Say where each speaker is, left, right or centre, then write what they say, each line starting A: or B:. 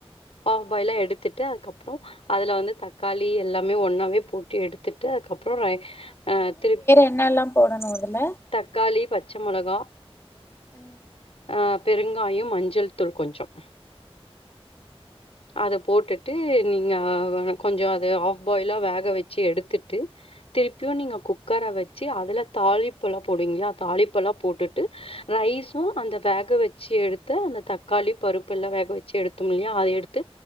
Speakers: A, on the left (about 70°); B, on the left (about 25°).
A: ஆஃப் பாயிலா எடுத்துட்டு அதுக்கப்றோ அதுல வந்து தக்காளி எல்லாமே ஒன்னாவே போட்டு எடுத்துட்டு அதுக்கப்றோ ரை ஆ திருப்
B: என்ன எல்லாம் போடணு அதுல
A: தக்காளி பச்ச மொளகா
B: ம்
A: ஆ பெருங்காயம் மஞ்சள் தூள் கொஞ்சோ அத போட்டுட்டு நீங்க கொஞ்சோ அத ஆஃப் பாயிலா வேக வெச்சி எடுத்துட்டு திருப்பியு நீங்க குக்கர வெச்சி அதுல தாளிப்பெல்லா போடுவிங்க இல்லையா அதுல தாளிப்பெல்லா போட்டுட்டு ரைஸும் அந்த வேக வெச்சி எடுத்து அந்த தக்காளி பருப்பு எல்லா வேக வெச்சி எடுத்தோ இல்லையா அத எடுத் ட்டு